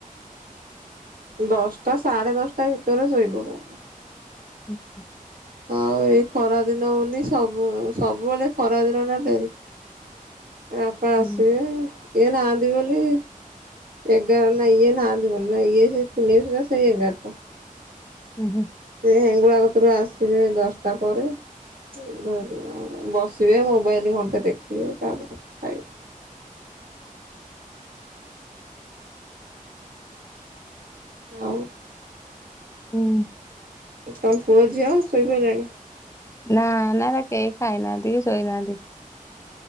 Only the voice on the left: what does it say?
ହୁଁ ହୁଁ।
ହୁଁ
ଓହୋ
ହୁଁ।
ନାଁ ନାଁ ଏରା କେହି ଖାଇନାହାନ୍ତି କି ଶୋଇନାହାନ୍ତି।